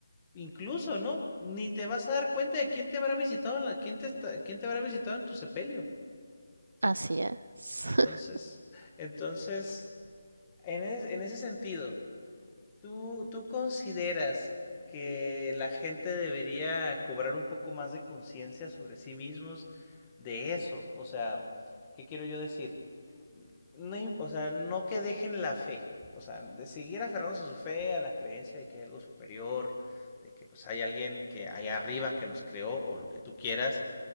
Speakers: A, on the left; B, on the right.
A: incluso, ¿no? Ni te vas a dar cuenta de quién te habrá visitado, la, quién, te está, quién te habrá visitado en tu sepelio.
B: Así es.
A: Entonces,
B: <laughs>
A: entonces, en ese, en ese sentido, ¿Tú, tú consideras que la gente debería cobrar un poco más de conciencia sobre sí mismos de eso? O sea, ¿qué quiero yo decir? No, im- o sea, no que dejen la fe, o sea, de seguir aferrándose a su fe, a la creencia de que hay algo superior, de que pues hay alguien que allá arriba que nos creó o lo que tú quieras,